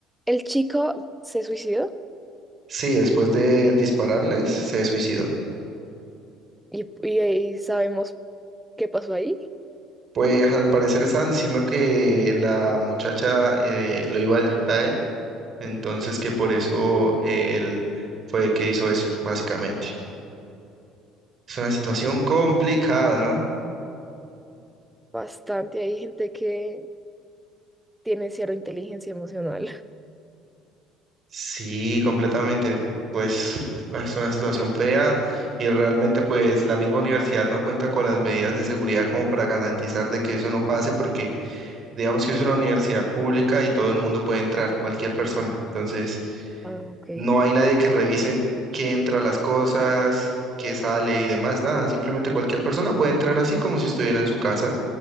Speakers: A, in the centre; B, on the right (about 35°).
A: el chico se suicidó
B: Sí, después de dispararles, se suicidó.
A: y, y, ahí sabemos qué pasó ahí.
B: Pues al parecer estaban diciendo que la muchacha eh, lo iba a dejar a él, entonces que por eso eh, él fue que hizo eso, básicamente. Es una situación complicada, ¿no?
A: Bastante, hay gente que tiene cero inteligencia emocional. <laughs>
B: Sí, completamente. Pues es una situación fea y realmente pues la misma universidad no cuenta con las medidas de seguridad como para garantizar de que eso no pase porque digamos que es una universidad pública y todo el mundo puede entrar, cualquier persona. Entonces
A: Ah, ok.
B: no hay nadie que revise qué entra a las cosas, qué sale y demás, nada. Simplemente cualquier persona puede entrar así como si estuviera en su casa.